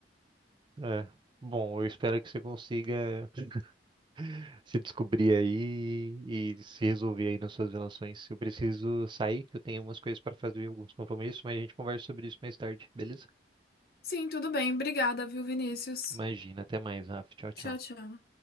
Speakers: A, on the right; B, on the left.
A: É. Bom, eu espero que você consiga <laughs> se descobrir aí e se resolver aí nas suas relações. Eu preciso sair, que eu tenho umas coisas para fazer, alguns compromissos, mas a gente conversa sobre isso mais tarde, beleza?
B: Sim, tudo bem. Obrigada, viu, Vinícius?
A: Imagina, até mais, Rafa. Tchau, tchau.
B: Tchau, tchau.